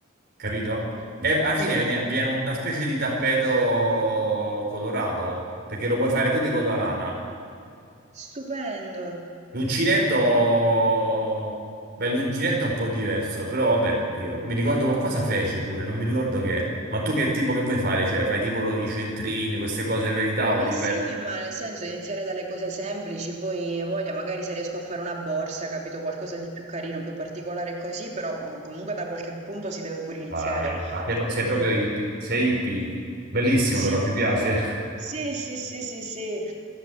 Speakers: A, on the right; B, on the right.
A: capito?
B: mhm,
A: E alla fine
B: sì,
A: venia- viene una specie di tappeto colorato, perché lo puoi fare pure con la lana.
B: stupendo.
A: L'uncinetto, beh, l'uncinetto è un po' diverso, però vabbè, io mi ricordo qualcosa feci pure, non mi ricordo che. Ma tu che tipo che vuoi fare? Cioè, fai tipo lo- i centrini, queste cose per i tavoli,
B: Ma sì,
A: per...
B: ma nel senso iniziare dalle cose semplici, poi hai voglia, magari se riesco a fare una borsa, capito, qualcosa di più carino, più particolare così, però eh, comunque da qualche punto si deve pure iniziare.
A: Vai, ma sei,
B: E
A: sei proprio
B: e io...
A: hippie, sei hippie. Bellissimo
B: Sì,
A: però, mi piace.
B: sì, sì, sì, sì, sì.